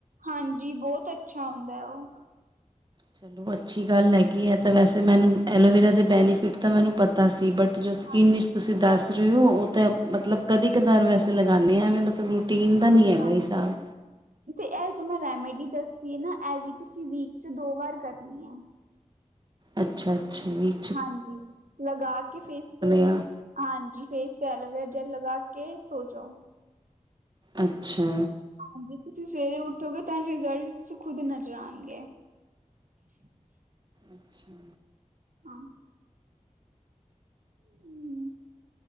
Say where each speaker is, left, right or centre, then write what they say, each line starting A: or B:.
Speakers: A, on the right; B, on the right.
A: ਹਾਂਜੀ, ਬਹੁਤ ਅੱਛਾ ਹੁੰਦਾ ਹੈ ਉਹ।
B: ਚਲੋ ਅੱਛੀ ਗੱਲ ਹੈਗੀ ਹੈ। ਤਾਂ ਵੈਸੇ ਮੈਨੂੰ ਐਲੋਵੇਰਾ ਦੇ ਬੈਨੀਫਿਟ ਤਾਂ ਮੈਨੂੰ ਪਤਾ ਸੀ ਬਟ ਜੋ ਸਕਿੰਨ
A: ਹਾਂਜੀ
B: ਵਿੱਚ ਤੁਸੀਂ ਦੱਸ ਰਹੇ ਹੋ ਉਹ ਤਾਂ ਮਤਲਬ ਕਦੇ- ਕਦਾਰ ਵੈਸੇ ਲਗਾਉਨੀ ਆ ਮਤਲਬ। ਪੀਣ ਦਾ ਨਹੀਂ
A: ਅੱਛਾ
B: ਹੈਗਾ ਹਿਸਾਬ।
A: ਤੇ ਇਹ ਜੋ ਮੈਂ ਰੈਮੇਡੀ ਦੱਸੀ ਹੈ ਨਾ ਇਹ ਵੀ ਤੁਸੀਂ ਵੀਕ ਚ ਦੋ ਵਾਰ ਕਰਨੀ ਹੈ।
B: ਅੱਛਾ-ਅੱਛਾ ਵੀ
A: ਹਾਂਜੀ ਲਗਾ ਕੇ ਫੇਸ ਤੇ
B: ਹਾਂ
A: ਹਾਂਜੀ। ਫੇਸ ਤੇ ਐਲੋਵੇਅਰ ਜੈਲ ਲਗਾ ਕੇ ਸੌ ਜਾਓ।
B: ਅੱਛਾ।
A: ਚ ਤੁਸੀਂ ਸਵੇਰੇ ਉੱਠੋਗੇ ਤੁਹਾਨੂੰ ਰਿਜ਼ਲਟਸ ਖੁਦ ਨਜ਼ਰ ਆਉਣਗੇ। <inaudible>
B: ਅੱਛਾ।
A: ਹਾਂ। ਹੂੰ।